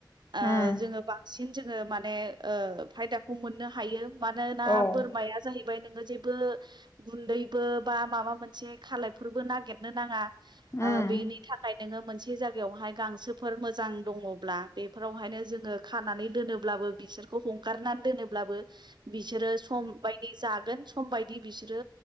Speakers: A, on the left; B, on the right.
A: उम
B: ओ जोङो बांसिन जोङो माने ओ फायदाखौ मोननो हायो। मानोना
A: उम
B: बोरमाया जाहैबाय नोङो जेबो गुन्दैबो बा माबा मोनसे खालायफोरबो नागिरनो नाङा।
A: उम
B: ओ बेनि थाखाय नोङो मोनसे जायगायाव हाय गांसो फोर मोजां दङब्ला बेफोराव हायनो जोङो। खानानै दोनोब्लाबो बिसोरखौ हगारनानै दोनोब्लाबो बिसोरो सम बायदि जागोन सम बायदि बिसोरो